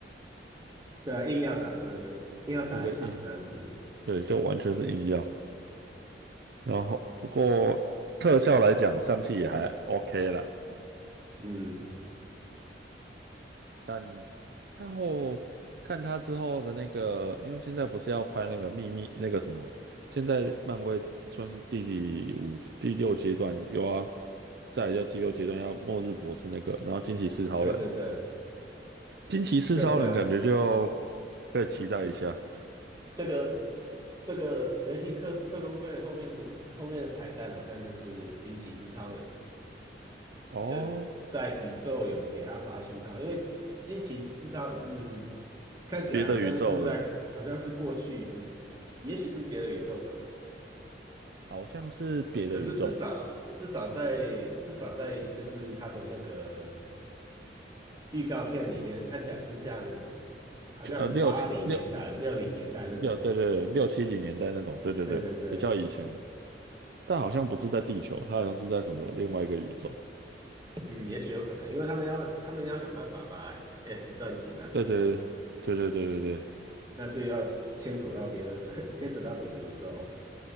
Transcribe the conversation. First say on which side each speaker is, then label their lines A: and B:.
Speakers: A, on the right (about 20°); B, on the right (about 60°).
A: <laughs> 对啊，硬要打仗，对，硬要打一场这样子。
B: 对不对？硬对，就完全是硬要。然后不过特效来讲，上汽也还 OK 啦，
A: 嗯。
B: 但然后看他之后的那个，因为现在不是要拍那个秘密那个什么，现在漫威算是第第五第六阶段有啊，又要再来就第六阶段要末日博士那个，然后惊奇四超人，
A: 对对对，
B: 惊奇四超人感觉就
A: 对对，
B: 可以期待一下
A: 这个这个雷霆特特工队后面不是后面的彩蛋，好像就是惊奇四超人
B: 哦，
A: 就在宇宙有给他发讯号，因为惊奇四超人是看起来好像是在好像是过去，
B: 别的宇宙的，
A: 不是，也许是别的宇宙的，
B: 好像是别的宇宙。
A: 可是至少至少在至少在就是他的那个预告片里面看起来是像好像八零年代六零年代那种，
B: 就呃，六七六六对对对六七零年代那种，对对对，
A: 对对对。
B: 比较以前的，但好像不是在地球，它好像是在什么另外一个宇宙。
A: 嗯，也许有可能，因为他们要他们要想办法把 S 战警打进来嘛，
B: 对对对对对对对
A: 那就要牵扯到别的 <laughs> 牵扯到别的宇宙。